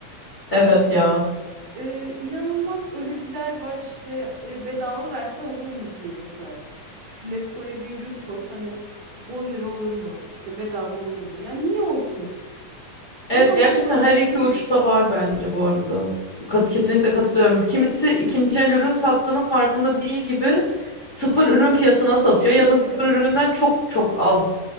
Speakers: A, on the left; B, on the right.
A: Evet
B: Yani s-
A: ya.
B: e, inanılmaz ölücüler var işte e, bedava versen olur mu diyor mesela. Şu Letgo'ya bir ürün koy hani 10 lira olur mu? İşte bedava olur mu? Ya niye olsun?
A: Evet
B: Niye olsun?
A: gerçekten her iki uçta var bence bu arada. Kat, kesinlikle katılıyorum. Kimisi ikinci el ürün sattığının farkında değil gibi sıfır ürün fiyatına satıyor
B: Evet
A: ya da sıfır
B: evet
A: üründen çok çok az